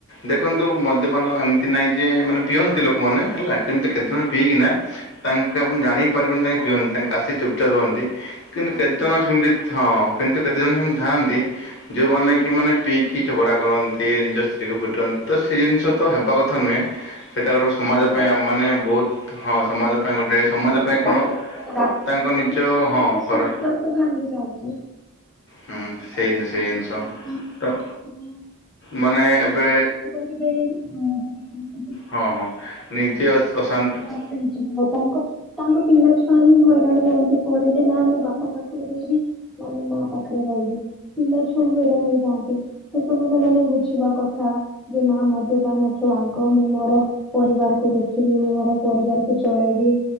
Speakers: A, on the left; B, in the centre.
A: ଦେଖନ୍ତୁ ମଦ୍ୟପାନ ଏମତି ନାଇଁ ଯେ ମାନେ ପିଅନ୍ତି ଲୋକମାନେ ହେଲା ଏମିତି କେତେଜଣ ପିଇକିନା ତାଙ୍କ ଆପଣ ଜାଣି ହିଁ ପାରିବେନି ତାଙ୍କେ ପିଅନ୍ତି, ତାଙ୍କେ ଆସି ଚୁପଚାପ ରୁହନ୍ତି କିନ୍ତୁ କେତେଜଣ
B: ଆଜ୍ଞା।
A: ସେମତି ହଁ। କିନ୍ତୁ କେତେ ଜଣ ସେମତି ଥାଆନ୍ତି। ଯୋଉମାନେ କି ମାନେ ପିଇକି ଝଗଡା କରନ୍ତି, ନିଜ ସ୍ତ୍ରୀକୁ ପିଟନ୍ତି, ତ ସେ ଜିନିଷ ତ ହେବା କଥା ନୁହେଁ। ସେଇଟା ଗୋଟେ ସମାଜ
B: ସେଇଆ
A: ପାଇଁ ମାନେ ବହୁତ, ହଁ ସମାଜ ପାଇଁ ଗୋଟେ ସମାଜ ପାଇଁ
B: ସେଟା
A: କଣ?
B: ବହୁତ ଖରାପ
A: ତାଙ୍କ
B: ଏମିତି
A: ନିଜ
B: କି ସେମାନଙ୍କ
A: ହଁ କର
B: ସମ୍ପର୍କ ଭାଙ୍ଗି ଯାଉଛି।
A: ହୁଁ
B: ତ ତାଙ୍କ
A: ସେଇ ସେଇ ଜିନିଷ
B: ପାଇଁ ତାଙ୍କର
A: ତ
B: ମାନେ
A: ମାନେ ଏବେ
B: ଏବେ <unintelligible>
A: ହଁ ହଁ ନିଜେ ଅଶ ଅଶାନ୍ତ
B: <unintelligible> ଯିବ ତାଙ୍କ ତାଙ୍କ ପିଲା ଛୁଆ ହିଁ ହଇରାଣ ହୁଅନ୍ତି। ପରେ ବି ନା ମୁଁ ବାପା ପାଖରେ ରହିବି ନା ମୋ ମା ପାଖରେ ରହିବି। ପିଲା ଛୁଆ ହଇରାଣ ହେଇଯାଆନ୍ତି, ସେ ସବୁ ସେମାନେ ବୁଝିବା କଥା। ଯେ ମା ମଦ୍ୟପାନଠୁ ଆଗ, ମୁଁ ମୋର ପରିବାରକୁ ଦେଖିବି, ମୁଁ ମୋର ପରିବାରକୁ ପଳେଇବି।